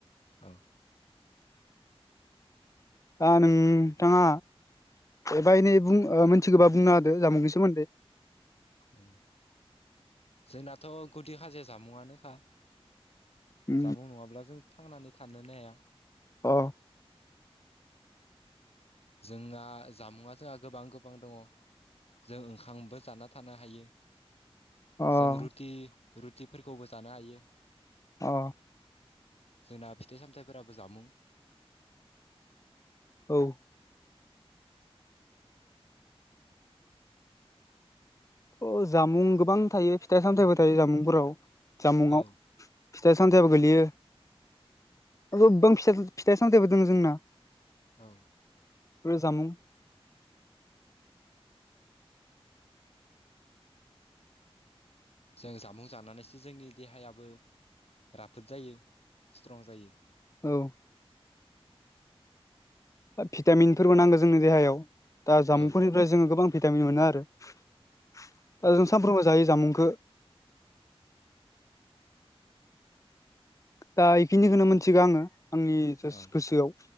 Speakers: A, on the left; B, on the left.
A: औ
B: दा नोंथाङा एफा एनै बुं ओ मिथिगोबा बुंना होदो जामुंनि सोमोन्दै।
A: ओं जोंनाथ' गुदि हाजिर जामुंआनोखा
B: अ
A: जामुं नङाब्ला जों थांनानै थानोनो हाया
B: अ
A: जोंना जामुंआ जोंहा गोबां गोबां दङ' जों ओंखामबो जाना थानो हायो
B: अ
A: जों रुटि रुटिफोरखौबो जानो हायो।
B: अ
A: जोंना फिथाइ सामथाइफोराबो जामुं।
B: औ ओ जामुं गोबां थायो फिथाइ सामथाइबो थायो जामुंफोराव जामुंआव।
A: औ
B: फिथाइ सामथायाबो गोलैयो। ओ गोबां फिथ-फिथाय सामथायबो दों जोंना।
A: औ
B: बे जामुं
A: जों जामुं जानानैसो जोंनि देहायाबो राफोद जायो स्ट्रं जायो।
B: औ भिटामिनफोरबो नांगो जोंनि देहायाव दा जामुंफोर
A: औ
B: फ्राय जोङो गोबां भिटामिन मोनो आरो दा
A: औ औ
B: जों सानफ्रोमबो जायो जामुंखो। दा इखिनिखौनो मोनथिगो आङो। आंनि जास
A: औ
B: गोसोआव